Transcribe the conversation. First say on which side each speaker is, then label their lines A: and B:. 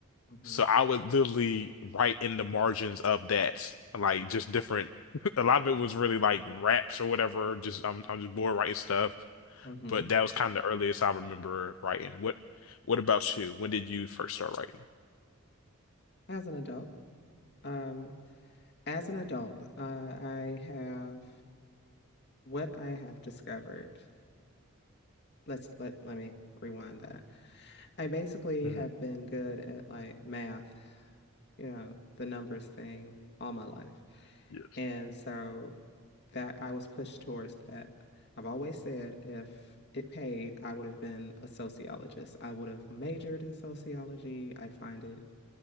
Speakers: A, on the left (about 55°); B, on the left (about 75°).
A: Mm-hmm.
B: so I would literally write in the margins of that, like just different. <laughs> A lot of it was really like raps or whatever. Just I'm I'm just bored writing stuff.
A: Mm-hmm.
B: but that was kind of the earliest I remember writing. What what about you? When did you first start writing?
A: As an adult, um, as an adult, uh, I have what I have discovered let's let let me rewind that. I basically
B: hmm
A: have been good at like math, you know, the numbers thing all my life.
B: Yes.
A: And so that I was pushed towards that. I've always said if it paid, I would have been a sociologist. I would have majored in sociology. I find it